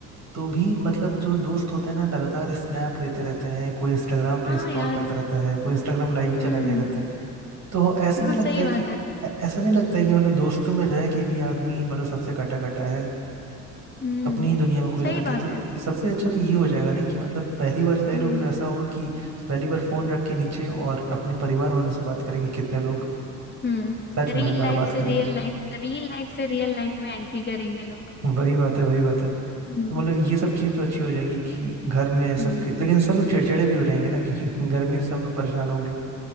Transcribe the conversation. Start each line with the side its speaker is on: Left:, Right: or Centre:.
Right: तो भी मतलब जो दोस्त होते हैं ना लगातार स्नैप लेते रहते हैं कोई इंस्टाग्राम पे
Left: हाँ
Right: स्क्रॉल
Left: यार
Right: करता रहता है कोई इंस्टाग्राम लाइव ही
Left: हम्म
Right: चला गया रहता है तो ऐसा नहीं
Left: हाँ
Right: लगता
Left: सही
Right: है
Left: बात
Right: कि
Left: है
Right: ऐ- ऐसा नहीं लगता है कि मतलब दोस्तों में रह के भी आदमी मतलब सबसे कटा कटा है
Left: हम्म
Right: अपनी ही दुनिया में खोया
Left: सही
Right: रहता है
Left: बात
Right: तो ये-
Left: है
Right: सबसे अच्छा तो ये हो जाएगा नहीं कि मतलब पहली बार कई
Left: हाँ
Right: लोग तो ऐसा होगा कि पहली बार फोन रख के नीचे और अपने परिवार वालों से बात करेंगे कितने लोग
Left: हम्म
Right: सच में
Left: रियल
Right: मतलब
Left: लाइफ
Right: बात
Left: से
Right: करेंगे
Left: रियल लाइफ रियल लाइफ से रियल लाइफ में एंट्री करेंगे लोग
Right: वही बात है वही बात है
Left: हम्म
Right: तो मतलब ये सब चीज़ तो अच्छी हो जाएंगी कि घर में सबके
Left: हम्म
Right: लेकिन सब लोग चिड़चिड़े भी हो रहेंगे ना क्योंकि <laughs> गर्मी से सब लोग परेशान होंगे